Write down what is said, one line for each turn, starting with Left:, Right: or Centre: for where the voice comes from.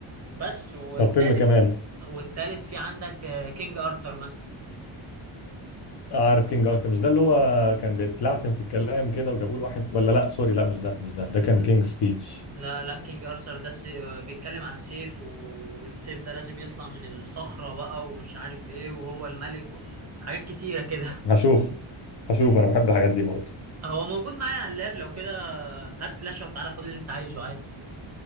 Right: بس والتالت
Left: طب فيلم كمان
Right: والتالت في عندك كينج ارثر
Left: آه عارف كينج ارثر مش ده اللي هو كان بيتلعثم في الكلام كده وجابوا له واحد ولا لا سوري لا مش ده مش ده
Right: مثلا
Left: ده كان كينج سبيتش
Right: لا لا كينج ارثر ده سي... آه، بيتكلم عن سيف والسيف ده لازم يطلع من الصخرة بقى ومش عارف ايه وهو الملك و... حاجات كتيرة كده
Left: هشوف هشوف انا بحب الحاجات دي برضه
Right: <laughs> هو موجود معايا على اللاب لو كده هات فلاشة وتعالى خد اللي انت عايزه عادي